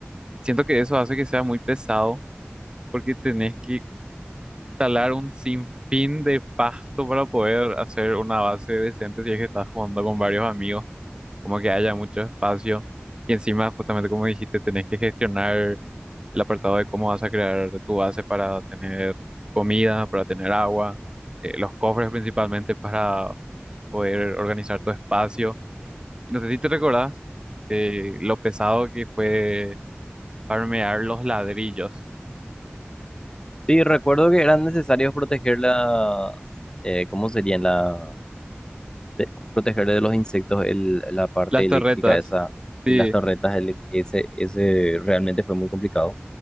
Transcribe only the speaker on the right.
Siento que eso hace que sea muy pesado, porque tenés que talar un sinfín de pasto para poder hacer una base decente si es que estás jugando con varios amigos. como que haya mucho espacio y encima, justamente como dijiste, tenés que gestionar el apartado de cómo vas a crear tu base para tener comida, para tener agua, eh, los cofres principalmente para poder organizar tu espacio. Y no sé si te recordás eh, lo pesado que fue farmear los ladrillos,
las
torretas.
Sí,